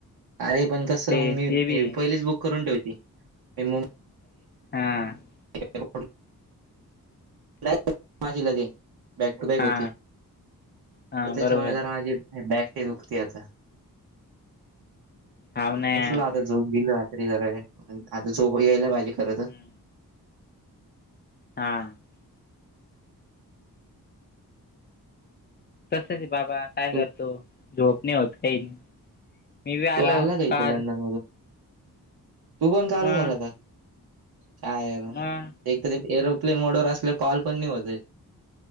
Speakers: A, on the right; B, on the left.
A: अरे पण कस मग
B: ते
A: मी
B: ते बी
A: पहिलेच बुक करून ठेवते. ए म <unintelligible>
B: हा. <unintelligible>
A: ए <unintelligible> <unintelligible> नाही माझी लगे बॅक टू बॅक
B: हा
A: होती
B: हा
A: तर त्याच्यामुळे
B: बरोबर
A: जरा माझी <unintelligible> बॅग ते दुखती आता
B: हाव ना
A: बसला
B: यार
A: आता झोप गेली रात्री <unintelligible> आता झोप यायला पाहिजे खर
B: हम्म
A: तर.
B: हा. <unintelligible> तसच आहे बाबा काय
A: तू
B: करतो झोप नाही होत काही नाही. मी बी आलो
A: तू आला का
B: काल.
A: इथं लंडन
B: <unintelligible>
A: तू पण काल
B: मग
A: झालाता काय.
B: मग
A: एक तररी एरोप्लेन मोडवर असलेला कॉल पण नाही होत. <unintelligible>